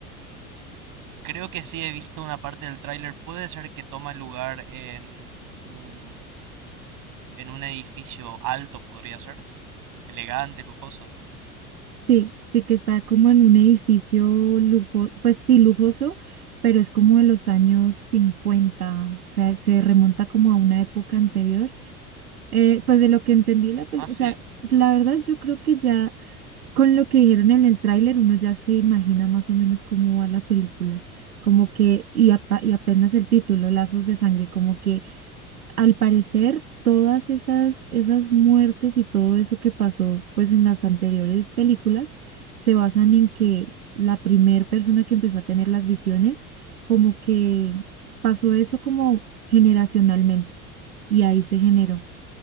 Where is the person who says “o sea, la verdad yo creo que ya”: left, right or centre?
Right